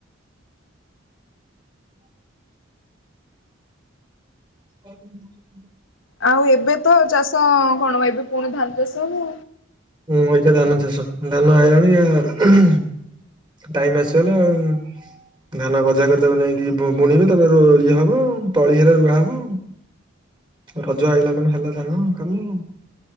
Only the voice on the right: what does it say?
<inaudible> <unintelligible>
ହଁ ଏଇଖିନା ଧାନ ଚାଷ। ଧାନ ଆଇଲାଣି ଟାଇମ ଆସିଗଲା ଆଉ। ଧାନ ଗଜା କରି ତାକୁ ନେଇକି ବୁ ବୁଣିବି ତା ଇଏ ହବ ତଳି ହେଲେ ରୁଆ ହବ। ରଜ ଆଇଲା ମାନେ ହେଲା ଧାନ କାମ।